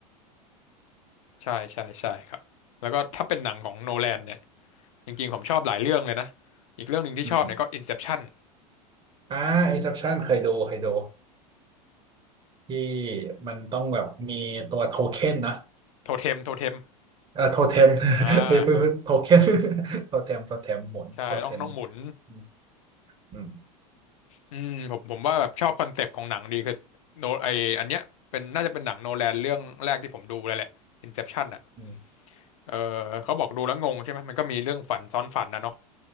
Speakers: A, on the left; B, on the right.
A: ใช่ใช่ใช่ครับแล้วก็ถ้าเป็นหนังของโนแลนเนี่ยจริงๆผมชอบหลายเรื่องเลยนะอีกเรื่องหนึ่งที่ชอบเนี่ยก็
B: อืม
A: Inception
B: อ่า Inception เคยดูเคยดูที่มันต้องแบบมีตัวโทเค็นนะ
A: โทเทมโทเทม
B: เอ่อโทเทม <laughs>
A: อ่า
B: เอ้ยโทเค็น <laughs> โทเทมโทเทมหมุนโทเทม
A: ใช่ต้องต้องหมุน
B: อืมอืม
A: อืมผมผมว่าแบบชอบคอนเซปต์ของหนังดีคือโนไออันเนี้ยเป็นน่าจะเป็นหนังโนแลนเรื่องแรกที่ผมดูเลยแหละ Inception อ่ะ
B: อืม
A: เออเขาบอกดูแล้วงงใช่ไหมมันก็มีเรื่องฝันซ้อนฝันนะเนาะ